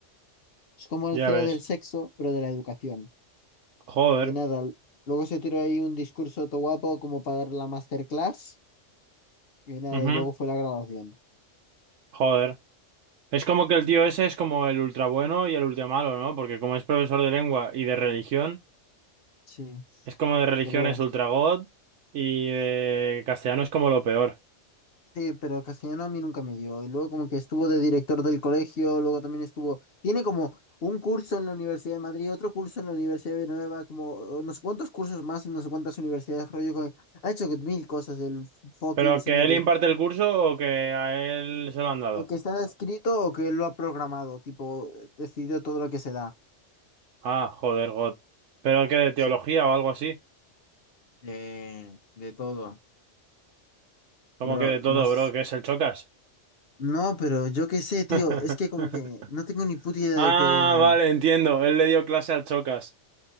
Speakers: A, on the left (about 55°); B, on the right (about 80°).
A: Es como
B: Ya
A: el CEO
B: ves.
A: del sexo, pero de la educación.
B: Joder.
A: Y nada, l- luego se tiró ahí un discurso todo guapo como para dar la masterclass. Y nada,
B: Ujú.
A: y luego fue la graduación.
B: Joder. Es como que el tío ese
A: Mm.
B: es como el ultra bueno y el ultra malo, ¿no? Porque como es profesor de lengua y de religión.
A: Sí,
B: Es como de religión
A: pero...
B: es Ultragod y de castellano es como lo peor.
A: Sí, pero castellano a mí nunca me dio. Y luego como que estuvo de director del colegio, luego también estuvo, tiene como un curso en la Universidad de Madrid, otro curso en la Universidad de Nueva, como eh, no sé cuántos cursos más en no sé cuántas universidades, rollo, que ha hecho mil cosas el fucking
B: ¿Pero
A: señores.
B: que él imparte el curso o que a él se lo han dado?
A: O que está escrito o que lo ha programado, tipo, decidió todo lo que se da.
B: Ah, joder, God. ¿Pero que de teología
A: Sí.
B: o algo así?
A: De, de todo.
B: Como
A: Bro,
B: que de todo,
A: no, s-
B: bro, que es el Chocas?
A: no, pero yo qué sé, tío,
B: <laughs>
A: es que como que no tengo ni puta idea
B: Ah,
A: de que
B: vale, entiendo. Él le dio clase al Chocas.